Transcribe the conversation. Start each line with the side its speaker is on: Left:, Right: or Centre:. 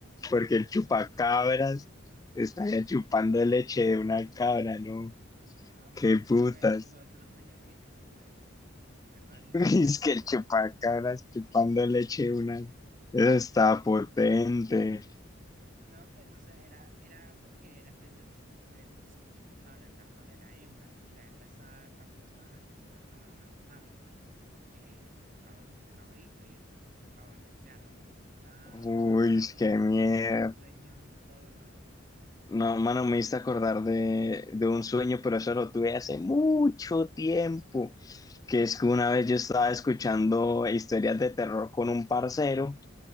Left: Porque el chupacabras estaría chupando leche de una cabra, ¿no?
Right: No, mano,
Left: ¡Qué
Right: es
Left: putas!
Right: que fue, fue otro sueño que yo tuve. Fue rarísimo
Left: <laughs> Es
Right: ese sueño.
Left: que el chupacabras chupando leche de una... Eso está potente.
Right: No, pues, o sea, era, era porque era pues el chupa, el disque chupacabra, la cabra era hembra y la hembra estaba acostada pues ma- amamantando. eh, el, cab- el cabrito y era un chupacabras. O sea, no, no nada
Left: Uy,
Right: malo, sino
Left: qué miedo.
Right: que era un sueño todo raro, la verdad.
Left: No, mano, me hice acordar de, de un sueño, pero eso lo tuve hace mucho tiempo. Que es que una vez yo estaba escuchando historias de terror con un parcero